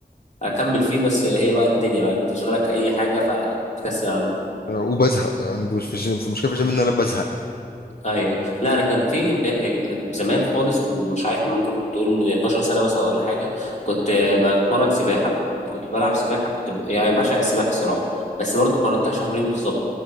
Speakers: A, on the left; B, on the left.
A: اكمل فيه بس هي بقى الدنيا بقى انت تشغلك اي حاجه فتكسل عنها
B: وبزهق يعني عندي مش في الجيم في مشكله في الجيم ان انا بزهق
A: ايوه لا انا كان في امب- زمان خالص مش عارف ممكن تقول من 12 سنه مثلا ولا حاجه كنت بتمرن سباحه بقى كنت بلعب سباحه كنت ب... يعني بعشق السباحه الصراحه بس برضه اتمرنتها شهرين بالظبط